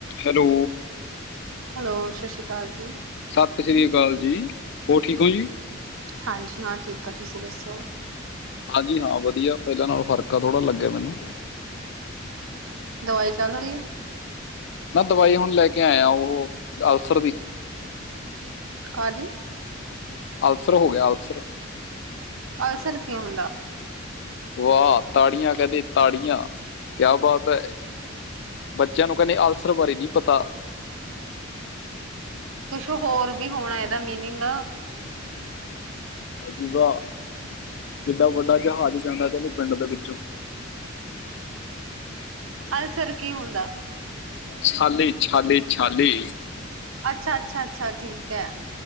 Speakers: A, on the left (about 60°); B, on the right (about 80°).
A: ਹੈਲੋ,
B: ਹੈਲੋ ਸਤਿ ਸ਼੍ਰੀ ਅਕਾਲ ਜੀ,
A: ਸਤਿ ਸ੍ਰੀ ਅਕਾਲ ਜੀ ਹੋਰ ਠੀਕ ਹੋ ਜੀ।
B: ਹਾਂਜੀ ਹਾਂ, ਠੀਕ ਆ ਤੁਸੀਂ ਦੱਸੋ?
A: ਹਾਂਜੀ ਹਾਂ ਵਧੀਆ ਪਹਿਲਾਂ ਨਾਲ ਫਰਕ ਆ ਥੋੜਾ ਲੱਗਿਆ ਮੈਨੂੰ
B: ਦਵਾਈ ਚੱਲਦੀ ਐ।
A: ਨਾ ਦਵਾਈ ਹੁਣ ਲੈ ਕੇ ਆਇਆ, ਉਹ ਅਲਸਰ ਦੀ।
B: ਕਾਦੀ
A: ਅਲਸਰ ਹੋ ਗਿਆ ਅਲਸਰ।
B: ਅਲਸਰ ਕੀ ਹੁੰਦਾ।
A: ਵਾਹ ਤਾੜੀਆਂ ਕਹਿੰਦੇ ਤਾੜੀਆਂ ਕਿਆ ਬਾਤ ਐ। ਬੱਚਿਆਂ ਨੂੰ ਕਹਿੰਦੇ ਅਲਸਰ ਬਾਰੇ ਨੀ ਪਤਾ।
B: ਕੁਛ ਹੋਰ ਵੀ ਹੋਣਾ ਇਹਦਾ ਮੀਨਿੰਗ।
A: ਭਾਜੀ ਵਾਹ ਕਿੱਡਾ ਵੱਡਾ ਜਹਾਜ਼ ਜਾਂਦਾ ਕਹਿੰਦੇ ਪਿੰਡ ਦੇ ਵਿੱਚੋਂ
B: ਅਲਸਰ ਕੀ ਹੁੰਦਾ।
A: ਛਾਲੈ ਛਾਲੈ ਛਾਲੈ।
B: ਅੱਛਾ ਅੱਛਾ ਅੱਛਾ ਠੀਕ ਐ।